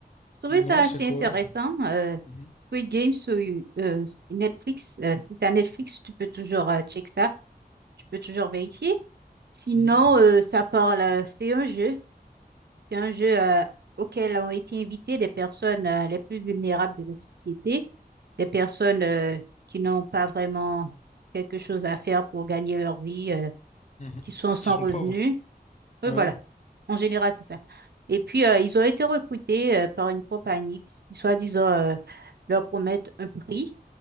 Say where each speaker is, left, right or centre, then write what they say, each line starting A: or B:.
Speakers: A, on the right; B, on the left.
A: Je trouvais
B: Non,
A: ça
B: c'est
A: assez
B: quoi?
A: intéressant. euh,
B: Mhm.
A: Squid Games sur euh, Netflix. Euh, si tu as Netflix, tu peux toujours euh, check ça. Tu peux toujours vérifier. Sinon,
B: Mhm.
A: euh, ça parle, euh, c'est un jeu. C'est un jeu euh, auquel ont été invitées des personnes euh, les plus vulnérables de la société. les personnes euh, qui n'ont pas vraiment quelque chose à faire pour gagner leur vie, euh,
B: Mhm.
A: qui sont sans
B: Qui sont
A: revenus.
B: pauvres,
A: Oui,
B: ouais.
A: voilà. En général, c'est ça. Et puis, euh, ils ont été recrutés euh, par une compagnie qui, soi-disant, euh, leur promettent un prix,